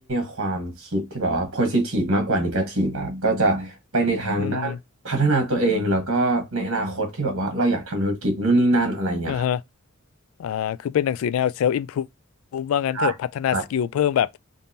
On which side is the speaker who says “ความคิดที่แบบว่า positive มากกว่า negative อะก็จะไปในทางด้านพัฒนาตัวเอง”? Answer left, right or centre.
Right